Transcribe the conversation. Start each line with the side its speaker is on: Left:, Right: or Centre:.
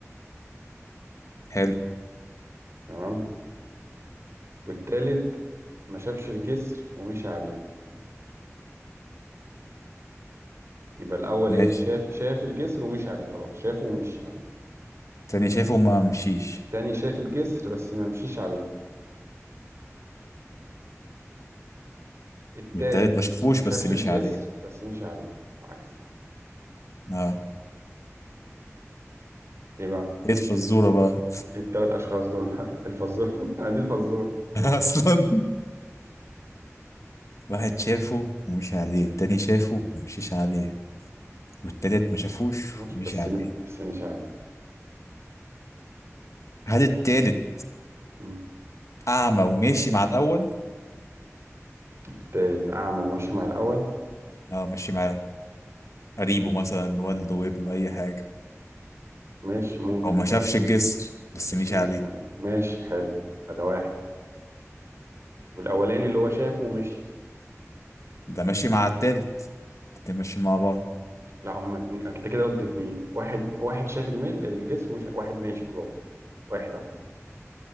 Left: حلو
Right: تمام والتالت ما شافش الجسر ومشي عليه يبقى الأول
Left: ماشي
Right: إيه شاف شاف الجسر ومشي عليه خلاص شافه ومشي عليه
Left: تاني شايفه ما مشيش
Right: التاني شاف الجسر بس ما مشيش عليه التالت
Left: والتالت ما شافوش
Right: ما شافش
Left: بس مشي
Right: الجسر
Left: عليه
Right: بس مشي عليه العكس
Left: اه
Right: إيه بقى
Left: ايه الفزورة بقى
Right: إيه التلات أشخاص دول <laughs> الفزورة <laughs> دي الفزورة
Left: <laughs> أصلا واحد شافه ومشي عليه التاني شافه ومشيش عليه والتالت ما شافوش
Right: مش
Left: ومشي
Right: بس
Left: عليه
Right: م... بس مشي عليه
Left: هل التالت
Right: مم.
Left: أعمى وماشي مع الأول؟
Right: التالت أعمى وماشي مع الأول
Left: اه ماشي معاه قريبه مثلا والده وابنه أي حاجة
Right: ماشي ممكن
Left: هو ما شافش الجسر بس
Right: بس
Left: مشي
Right: مشي
Left: عليه
Right: عليه ماشي حلو ده واحد والأولاني اللي هو شافه ومشي
Left: ده ماشي مع التالت الاتنين ماشيين مع بعض
Right: لا هما اتنين أنت كده قلت اتنين واحد واحد شاف المش... الجسر ومش واحد ماشي خلاص واحد أهو